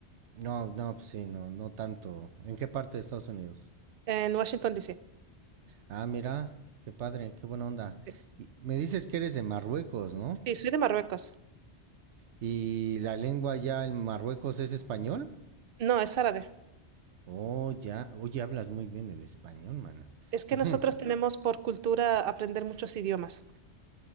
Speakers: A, on the right; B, on the right.
A: No, no, pues sí, no, no tanto. ¿En qué parte de Estados Unidos?
B: En Washington, D.C.
A: Ah, mira, qué padre, qué buena onda.
B: Sí,
A: Y me dices que eres de Marruecos, ¿no?
B: Sí, soy de Marruecos.
A: ¿Y la lengua ya en Marruecos es español?
B: No, es árabe.
A: Oh, ya, oye, hablas muy bien el español, mana.
B: Es que
A: <laughs>
B: nosotros tenemos por cultura aprender muchos idiomas.